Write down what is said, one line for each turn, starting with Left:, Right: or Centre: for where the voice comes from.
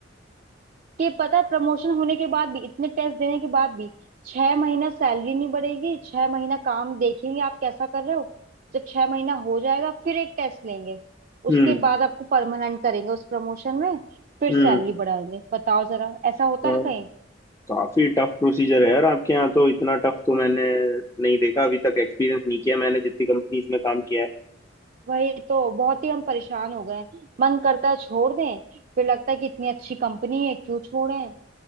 Right: कि पता है प्रमोशन होने के बाद भी इतने टेस्ट देने के बाद भी छह महीना सैलरी नहीं बढ़ेगी छह महीना काम देखेंगे आप कैसा कर रहे हो जब छह महीना हो जाएगा फिर एक टेस्ट लेंगे
Left: हम्म
Right: उसके बाद आपको परमानेंट करेंगे उस प्रमोशन में फिर
Left: हम्म
Right: सैलरी बढ़ाएंगे बताओ जरा ऐसा होता
Left: तो
Right: है कहीं
Left: काफी टफ प्रोसीजर है यार आपके यहाँ तो इतना टफ तो मैंने नहीं देखा अभी तक एक्सपीरियंस नहीं किया मैंने जितनी कंपनीज में काम किया है
Right: वही तो बहुत ही हम परेशान हो गए हैं। मन करता है छोड़ दें फिर लगता है कि इतनी अच्छी कंपनी है क्यों छोड़ें